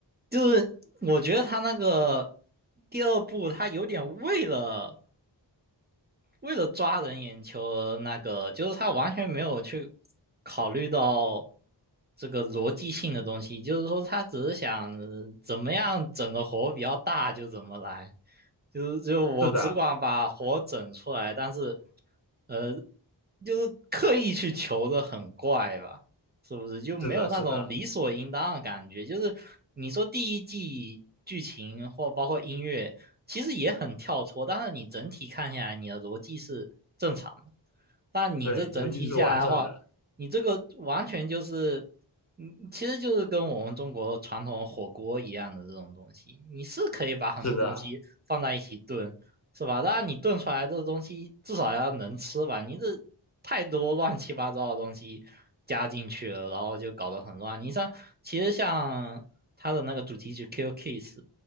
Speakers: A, on the right; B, on the left.
A: 就是我觉得他那个第二部，他有点为了。为了抓人眼球而那个，就是他完全没有去考虑到这个逻辑性的东西，就是说他只是想呃怎么样整的活比较大就怎么来，就是就我只管把活整出来，
B: 是的，
A: 但是呃就是刻意去求的很怪吧，是不是？就没有那种理所应当的感觉。
B: 是的，是的，
A: 就是你说第一季剧情或包括音乐，其实也很跳脱，但是你整体看下来，你的逻辑是正常的。但你这整体下来的话，
B: 对，逻辑是完整的，
A: 你这个完全就是，嗯，其实就是跟我们中国传统火锅一样的这种东西，你是可以把很多东西放在一起炖，
B: 是的，
A: 是吧？当然你炖出来这个东西至少要能吃吧，你这太多乱七八糟的东西加进去了，然后就搞得很乱。你像其实像它的那个主题曲《k i Kiss》，